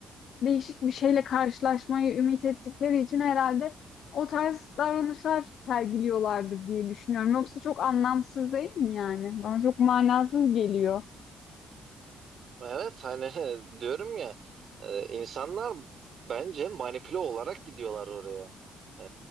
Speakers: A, on the left (about 65°); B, on the right (about 55°).
A: değişik bir şeyle karşılaşmayı ümit ettikleri için herhalde o tarz davranışlar sergiliyorlardır diye düşünüyorum. Yoksa çok anlamsız değil mi yani? Bana çok manasız geliyor.
B: Evet hani <laughs> diyorum ya e, insanlar bence manipüle olarak gidiyorlar oraya. E,